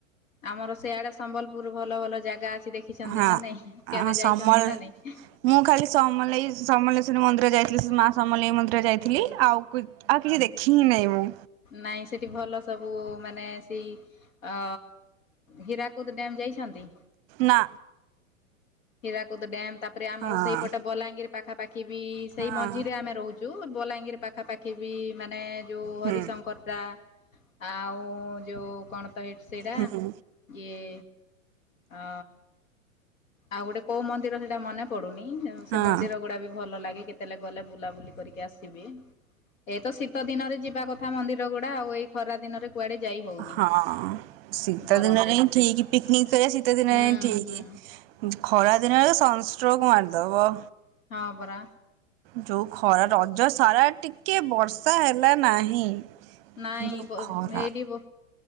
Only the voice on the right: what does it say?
ହଁ
ସମଲ
ମୁଁ ଖାଲି ସମଲେଇ ସମଲେଶ୍ୱରୀ ମନ୍ଦିର ଯାଇଥିଲି ସେ ମା ସମଲେଇ ମନ୍ଦିର ଯାଇଥିଲି ଆଉ ପୁ ଆଉ କିଛି ଦେଖି ହିଁ ନାହିଁ ମୁଁ
ନା
ହଁ
ହଁ
ହୁଁ
ହୁଁ
ହଁ
ହଁ ସୀତ
ଦିନରେ ହିଁ ଠିକ୍ ପିକ୍ନିକ୍ କରିବା ଶୀତଦିନରେ
ହିଁ ଠିକ୍
ଖରାଦିନରେ ବକି ସନଷ୍ଟ୍ରୋକ୍ ମାରିଦେବ।
ଯୋଉ ଖରା ରଜ ସାରା ଟିକେ ବର୍ଷା ହେଲା ନାହିଁ।
ଯୋଉ
ଖରା